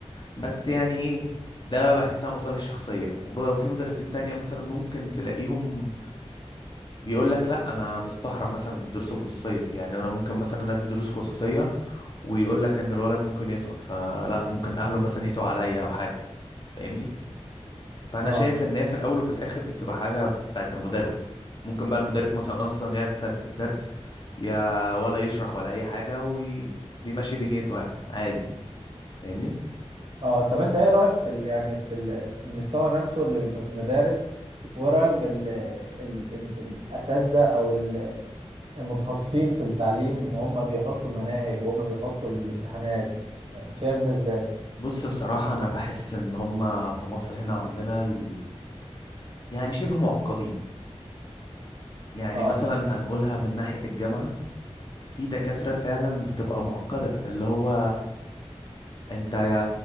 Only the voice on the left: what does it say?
بس يعني ايه ده بحسها مصالح شخصية وب- وفي مدرسين تانية مثلا ممكن تلاقيهم بيقول لك لا انا مستحرم مثلا الدروس الخصوصيه يعني انا ممكن مثلا أنا ادي دروس خصوصيه ويقول لك ان الولد ممكن يسقط فلا ممكن اهله مثلا يدعوا عليا او حاجه فاهمني فانا
شايف ان هي في الاول وفي الاخر دي بتبقى حاجه بتاعت المدرس ممكن بقى المدرس مثلا اصلا ياخدك في الدرس يا ولا يشرح ولا اي حاجه وبيمشي دنيته يعني عادي فاهمني
بص بصراحه انا بحس ان هما في مصر هنا عندنا ال... يعني شبه معقدين يعني
مثلا هنقولها من ناحيه الجامعه في دكاترة فعلا بتبقى معقدة اللي هو انت يا